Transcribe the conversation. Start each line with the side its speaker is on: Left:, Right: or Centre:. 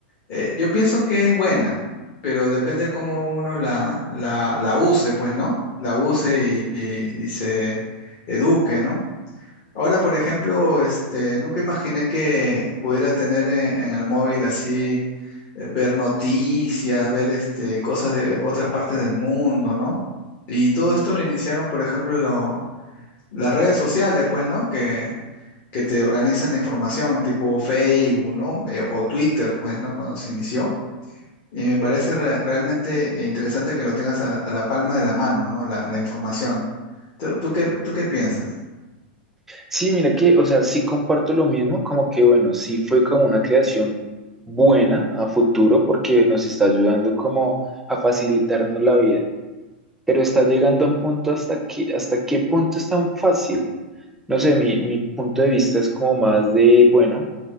Left: eh, yo pienso que es buena, pero depende cómo uno la, la, la use, pues, ¿no? La use y, y- y se eduque, ¿no? Ahora, por ejemplo, este, nunca imaginé que pudiera tener en, en el móvil así, eh, ver noticias, ver este, cosas de otras partes del mundo, ¿no? Y todo esto lo iniciaron, por ejemplo, lo- las redes sociales, pues, ¿no? Que, que te organizan la información, tipo Facebook, ¿no? Eh, o Twitter, pues, ¿no? Cuando se inició. Y me parece re- realmente interesante que lo tengas a la, a la palma de la mano, ¿no? La, la información. ¿Tú, tú qué, tú qué piensas?
Centre: Sí, mira que, o sea, sí comparto lo mismo, como que bueno, sí fue como una creación buena a futuro porque nos está ayudando como a facilitarnos la vida, pero está llegando a un punto hasta que, hasta qué punto es tan fácil. No sé, mi, mi punto de vista es como más de, bueno,